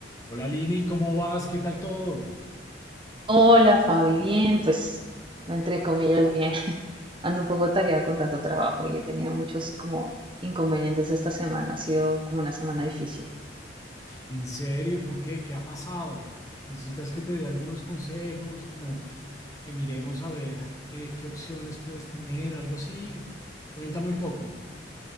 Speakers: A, on the left; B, on the right.
A: Hola Lini, ¿cómo vas? ¿Qué tal todo?
B: Hola Fabi, bien, pues entre comillas bien. <laughs> Ando un poco atareada con tanto trabajo y he tenido muchos como inconvenientes esta semana. Ha sido como una semana difícil.
A: ¿En serio? ¿Por qué? ¿Qué ha pasado? ¿Necesitas que te dé algunos consejos, como que miremos a ver eh, qué opciones puedes tener, algo así? Cuéntame un poco.